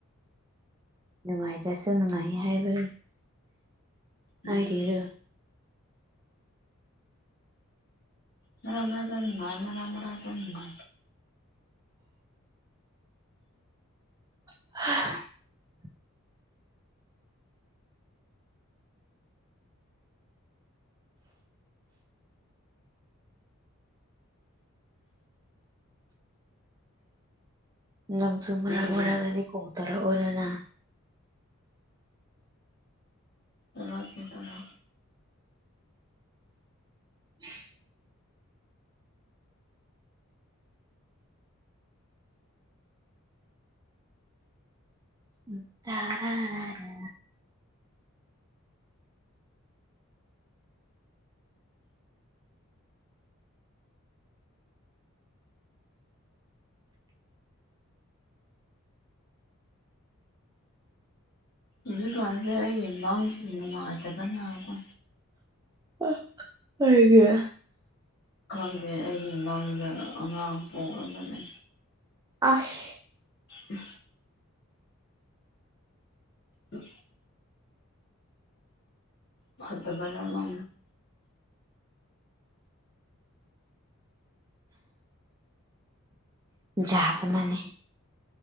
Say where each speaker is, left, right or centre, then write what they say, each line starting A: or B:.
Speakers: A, on the right (about 15°); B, on the left (about 50°).
A: ꯅꯨꯡꯉꯥꯏꯔꯁꯨꯦ ꯅꯨꯡꯉꯥꯏ ꯍꯥꯏꯕ
B: ꯎꯝ
A: ꯍꯥꯏꯔꯤꯕꯔꯨ
B: ꯃꯔ ꯃꯔꯗꯅꯨꯡ ꯃꯥ ꯃꯔ ꯃꯔꯔꯥꯗꯅꯨꯡ ꯃꯥ
A: <inaudible> ꯂꯝꯁꯨ ꯃꯔꯛ
B: ꯅꯪꯗꯤ
A: ꯃꯔꯛꯛꯇꯗꯤ ꯀꯧ ꯇꯔꯛꯑꯣꯔꯅ
B: ꯇꯔꯥꯛꯀꯤ ꯇꯔꯦ
A: <inaudible> ꯎ ꯇꯥꯔꯥꯅꯔꯦ
B: ꯍꯧꯖꯤꯛꯀꯥꯟꯁꯦ ꯑꯩ ꯃꯥꯡꯁ ꯅꯨꯡꯉꯥꯏꯗꯕꯅꯒꯣ
A: ꯑ ꯍꯒ
B: ꯈꯪꯗꯦ ꯑꯩꯒꯤꯃꯪꯗ ꯑꯉꯥꯡ ꯄꯣꯛꯑꯒꯅꯤ
A: ꯑꯁ
B: ꯎ ꯍ ꯐꯠꯇꯕꯅ ꯃ
A: ꯌꯥꯗ ꯃꯅꯦ